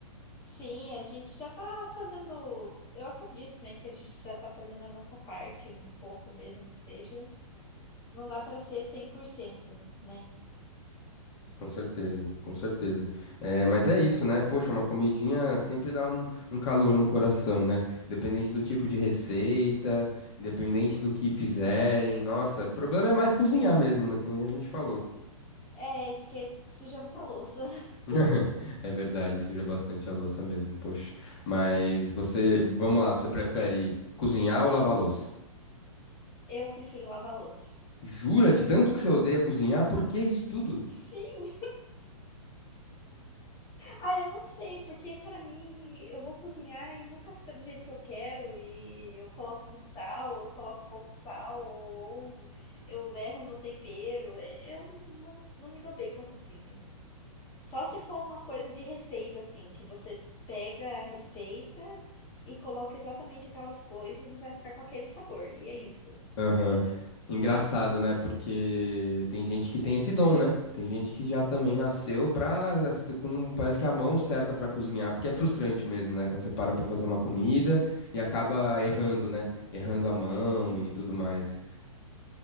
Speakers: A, on the left; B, on the left.
A: Sim, a gente já tá fazendo. Eu acredito, né, que a gente já tá fazendo a nossa parte, um pouco mesmo que seja. Não dá para ser cem por cento né?
B: Com certeza, com certeza. É, mas é isso, né? Poxa, uma comidinha sempre dá um, um calor no coração, né? Independente do tipo de receita, independente do que fizerem. Nossa, o problema é mais cozinhar mesmo, né? Que nem a gente falou.
A: É, porque suja muita louça. <laughs>
B: <laughs> É verdade, suja bastante a louça mesmo, poxa. Mas você, vamos lá, você prefere cozinhar ou lavar a louça?
A: Eu prefiro lavar louça.
B: Jura de tanto que você odeia cozinhar? Por que isso tudo?
A: Sim, Ah, eu não sei, porque pra mim eu vou cozinhar e nunca fica do jeito que eu quero, e eu coloco muito sal, ou eu coloco pouco sal, ou eu erro no tempero. é, Eu não, não me dou bem com a cozinha. Só se for uma coisa de receita, assim, que você pega a receita e coloca exatamente aquelas coisas e vai ficar com aquele sabor. E é isso,
B: Aham.
A: entendeu?
B: Engraçado, né? Porque tem gente que tem esse dom, né? Tem gente que já também nasceu pra, com, parece que a mão certa pra cozinhar, porque é frustrante mesmo, né? Quando você para pra fazer uma comida e acaba errando, né? Errando a mão e tudo mais.